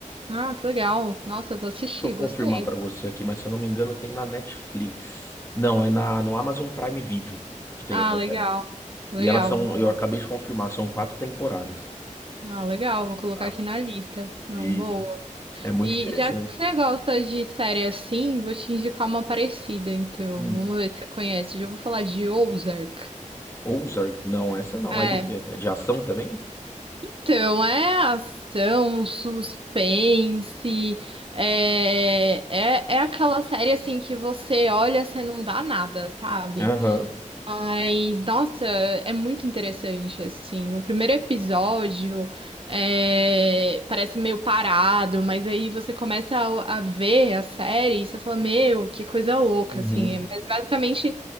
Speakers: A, on the right; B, on the left.
A: Ah, que legal. Nossa, eu vou assistir,
B: Deixa eu
A: gostei.
B: confirmar pra você aqui, mas se eu não me engano, tem na Netflix. Não, é na, no Amazon Prime Video que tem
A: Ah,
B: essa
A: legal.
B: série.
A: Legal,
B: E elas são,
A: vou.
B: eu acabei de confirmar, são quatro temporadas.
A: Ah, legal, vou colocar
B: tá?
A: aqui na lista. Não,
B: Isso.
A: boa.
B: É muito
A: E
B: interessante.
A: já que você gosta de série assim, vou te indicar uma parecida, então.
B: Hum.
A: Vamos ver se você conhece. Já vou falar de Ozark.
B: Ozark, não, essa não.
A: É,
B: É do quê? É de ação também?
A: então é ação, suspense, é, é, é aquela série assim que você olha, você não dá nada, sabe?
B: Aham.
A: Ai, nossa, é muito interessante, assim. O primeiro episódio é, parece meio parado, mas aí você começa a, a ver a série e você fala, meu, que coisa louca,
B: Uhum.
A: assim. Mas basicamente